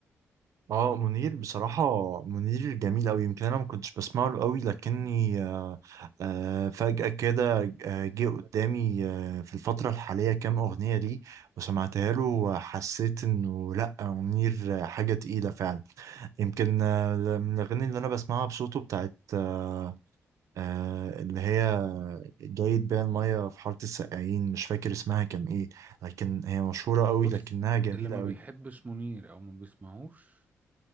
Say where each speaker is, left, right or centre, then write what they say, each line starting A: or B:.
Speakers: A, on the right; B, on the right.
A: اه منير بصراحة منير جميل أوي يمكن أنا ما كنتش بسمع له أوي لكني آه، آه، فجأة كده آه، جه قدامي آه، في الفترة الحالية كام أغنية ليه وسمعتها له وحسيت إنه لأ منير آه، حاجة تقيلة فعلا يمكن آه، من الأغاني اللي أنا بسمعها بصوته بتاعت آه، آه، اللي هي جايد بيها المية في حارة السقايين مش فاكر اسمها كان إيه لكن هي مشهورة قوي
B: بص
A: لكنها جميلة
B: اللي ما
A: قوي
B: بيحبش منير او ما بيسمعوش